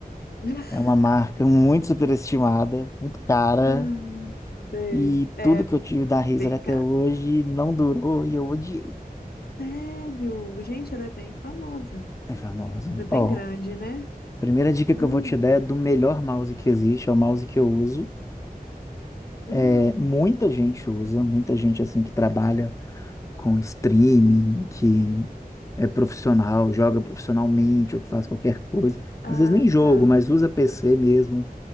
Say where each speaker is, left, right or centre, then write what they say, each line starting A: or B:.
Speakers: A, on the left; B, on the left.
A: <laughs>
B: É uma marca <laughs> muito superestimada, muito cara,
A: Ai, sei.
B: e
A: É
B: tudo que eu tive da Razer
A: bem
B: até
A: caro.
B: hoje não durou e eu odiei.
A: Sério? Gente, ela é bem famosa.
B: É famosa.
A: Ela é bem
B: Ó,
A: grande, né?
B: primeira dica que
A: Hum,
B: eu vou te dar é do melhor mouse que existe, é o mouse que eu uso.
A: hum.
B: É, muita gente usa, muita gente assim que trabalha com streaming, que é profissional, joga profissionalmente ou que faz qualquer coisa.
A: Ah,
B: Às vezes nem jogo,
A: tá.
B: mas usa PC mesmo,